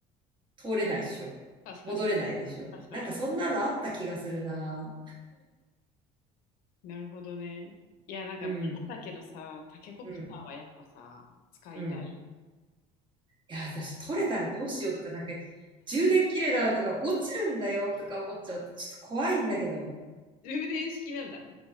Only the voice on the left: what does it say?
確かに。
確かに。
なるほどね。いや、なんか、
ベタだけどさ、タケコプターはやっぱさ、
使いたい。
充電式なんだ。